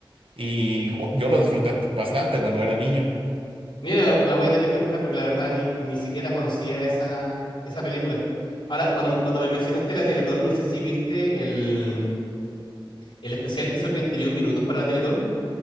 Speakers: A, on the right; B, on the left.
A: y gu- yo lo disfruté bastante cuando era niño.
B: Mira, la, la voy a tener que buscar porque la verdad ni, ni siquiera conocía esa, esa película. Ahora, cuando, cuando me mencionaste la Teletón, no sé si viste el, El especial que hizo 31 minutos para la Teletón.